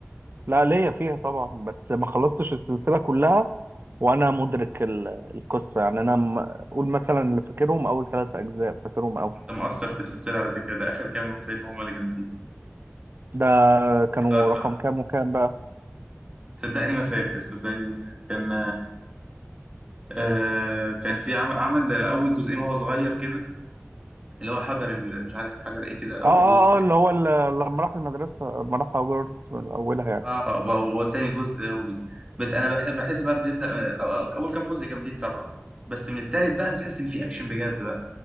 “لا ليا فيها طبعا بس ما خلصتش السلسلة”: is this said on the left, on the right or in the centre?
Right